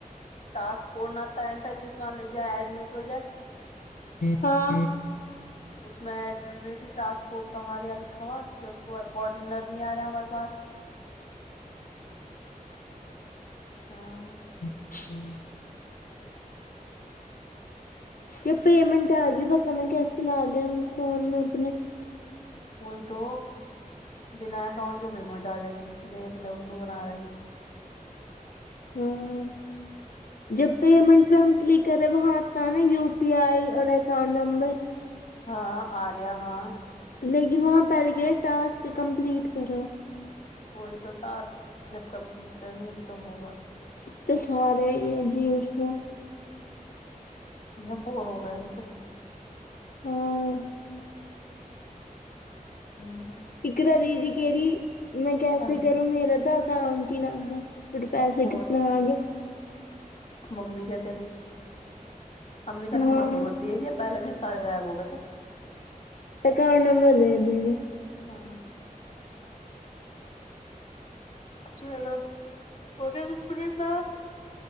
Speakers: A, on the left; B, on the left.
A: ٹسک کوٹ نا تھا اینڈر جس لکھ جاے ایڈ نیو پروجیکٹ
B: ہاں
A: اس میں ایڈمی میں بھی ٹاسک کوٹ کہا دیا لکھا ہوا کہ اس کو کارڈینر نی یارا ہمارے پاس ہاں
B: ہوں جب پیمنٹ آ گئی بتا میں کیسے لا گین فون میں اپنے
A: وہی تو بنا اکاؤنٹ کے پیمنٹ آ جائے گی دیکھ لے الو بنا رہی
B: آمم
A: ج
B: جب پیمنٹ پے ہم کلک کرے وہاں آتا ہے نا یو پی آئی اور اکاؤنٹ نمبر
A: ہاں اریہ ہاں
B: لیکن وہاں پر گے ٹاسک کمپلیٹ کرو
A: وہی تو ٹاسک جب کمپلیٹ کریں گے جبھی تو ہوگا
B: اتے سارے یہ جیینس نہ
A: جی بور ہو گئے ہم تو
B: ہاں
A: ہاں
B: اکرا دیدی کہری میں کیسے
A: ہاں
B: کروں میرا تو اکاونٹ ہی نہ ہے پھر پیسے
A: وہ
B: کس میں آگئے
A: ممی کا تری ممی کا
B: ہاں
A: نمبر مر دے دیی پہلے بھی سارے غائب ہو گئے تھ
B: اکاؤنٹ نمبر دے دیں گے
A: ہاں چلو ہو گیا دس منٹ نہ اب